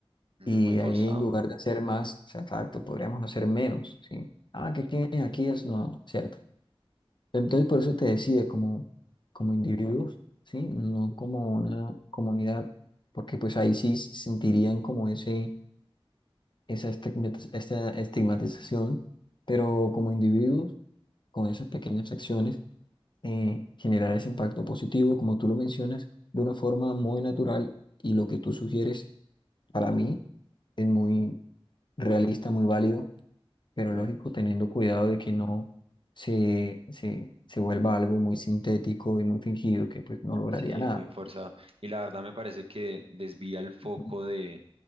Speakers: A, on the right; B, on the left.
A: ujú,
B: Y
A: muy
B: ahí
A: forzado.
B: en lugar de hacer más, o sea, exacto, podríamos hacer menos, ¿sí? Ah, que aquí, aquí es no, ¿cierto? Entonces, por eso te decía, como, como individuos, ¿sí? No como una comunidad, porque pues ahí sí sentirían como ese, esa estigmatiz- esta estigmatización, pero como individuos, con esas pequeñas acciones, eh, generar ese impacto positivo, como tú lo mencionas, de una forma muy natural y lo que tú sugieres para mí es muy realista, muy válido pero
A: Ujú.
B: lógico, teniendo cuidado de que no se, se, se vuelva algo muy sintético y muy fingido, que pues no lograría
A: Sí,
B: nada.
A: muy forzado. Y la verdad me parece que desvía el foco
B: ¿no?
A: de,